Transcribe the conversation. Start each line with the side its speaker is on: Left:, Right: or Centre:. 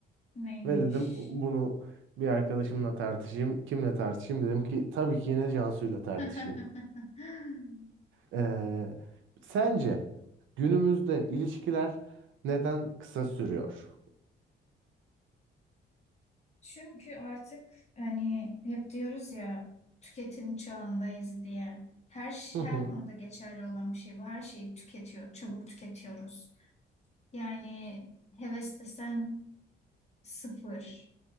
Left: Neymiş?
Right: Ve dedim bunu bir arkadaşımla tartışayım. Kimle tartışayım dedim ki tabii ki yine Cansu'yla tartışayım.
Left: <laughs>
Right: Ee, sence günümüzde ilişkiler neden kısa sürüyor?
Left: Çünkü artık hani hep diyoruz ya tüketim çağındayız diye. Her ş-
Right: Hı hı.
Left: her konuda geçerli olan bir şey bu. Her şeyi tüketiyor, çabuk tüketiyoruz. Yani heves desen sıfır.